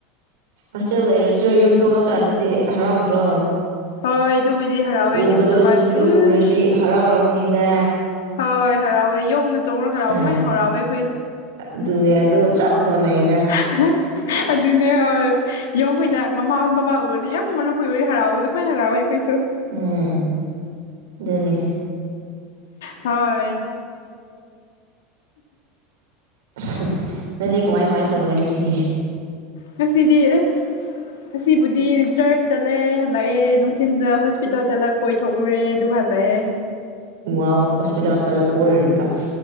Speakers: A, on the right; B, on the left.
A: ꯍꯣꯁꯇꯦꯜ ꯂꯩꯔꯁꯨ ꯌꯨꯝ ꯊꯣꯛꯂꯀꯥꯟꯗꯗꯤ ꯍꯔꯥꯎꯗ꯭ꯔꯣ
B: ꯍꯣꯏ ꯑꯗꯨꯕꯨꯗꯤ ꯍꯔꯥꯎꯋꯦ
A: ꯎꯗꯕꯁꯤꯡꯗꯨ
B: ꯌꯨꯝ ꯆꯠꯀꯥꯟꯗꯗꯤ ꯎꯁ
A: ꯎꯔꯗꯤ ꯍꯔꯥꯎꯔꯝꯒꯅꯤꯗ
B: ꯍꯣꯏ ꯍꯔꯥꯎꯋꯦ ꯌꯣꯡꯅ ꯆꯣꯡꯅ ꯍꯔꯥꯎ
A: ꯁꯦ
B: ꯃꯣꯏꯅ ꯍꯔꯥꯎꯋꯦ ꯑꯩꯈꯣꯏ
A: ꯑꯗꯨꯅꯦ ꯑꯗꯨꯒ ꯆꯞ ꯃꯥꯟꯅꯩꯗ
B: ꯍꯥ ꯑꯗꯨꯅꯦ ꯍ ꯌꯣꯡ ꯈꯣꯏꯅ ꯃꯃꯥ ꯃꯄ ꯎꯔꯗꯤ ꯌꯥꯝ ꯃꯔꯨ ꯈꯣꯏꯕꯒꯤ ꯍꯔꯥꯎꯕ ꯑꯗꯨ ꯃꯥꯏꯅ ꯍꯔꯥꯎꯋꯦ ꯑꯩꯈꯣꯏꯁꯨ
A: ꯎꯝ ꯑꯗꯨꯅꯤ
B: ꯍꯣꯏ
A: ꯎꯝꯍꯥ ꯅꯪꯗꯤ ꯀꯃꯥꯏ ꯀꯃꯥꯏꯅ ꯇꯧ ꯂꯩ ꯉꯥꯁꯤꯗꯤ
B: ꯉꯁꯤꯗꯤ ꯑꯁ ꯑꯁꯤꯕꯨꯗꯤ ꯆꯔꯆ ꯆꯠꯂꯦ ꯍꯜꯂꯛꯑꯦ ꯅꯨꯡꯊꯤꯟꯜꯗ ꯍꯣꯁꯄꯤꯇꯥꯜ ꯆꯠꯂꯛ ꯀꯣꯏꯊꯣꯛ ꯔꯨꯔꯣ ꯑꯗꯨꯒꯥ ꯍꯜꯂꯥꯛꯑꯦ
A: ꯋꯥꯑꯣ ꯍꯣꯁꯄꯤꯇꯥꯜ ꯆꯠꯂꯒ ꯀꯣꯏꯔꯨꯔꯤꯕ